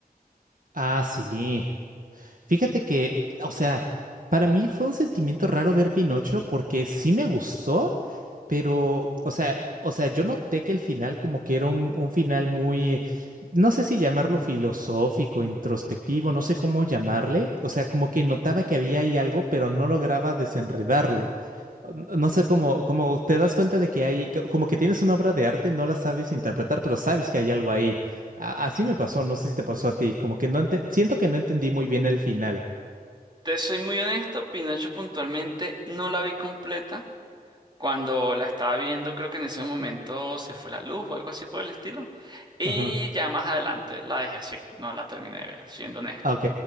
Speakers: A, on the right; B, on the right.
A: Ah, sí. Fíjate que, o sea, para mí fue un sentimiento raro ver Pinocho porque sí me gustó, pero, o sea, o sea, yo noté que el final como que era un, un final muy, no sé si llamarlo filosófico, introspectivo, no sé cómo llamarle. O sea, como que notaba que había ahí algo, pero no lograba desenredarlo. N- No sé cómo, como te das cuenta de que hay, co- como que tienes una obra de arte, no la sabes interpretar, pero sabes que hay algo ahí. A- así me pasó, no sé si te pasó a ti, como que no ente- siento que no entendí muy bien el final.
B: Te soy muy honesto, Pinocho puntualmente no la vi completa. Cuando la estaba viendo, creo que en ese momento se fue la luz o algo así por el estilo. Y
A: Ajá.
B: ya más adelante la dejé así, no la terminé de ver, siendo honesto.
A: Ah, Ok.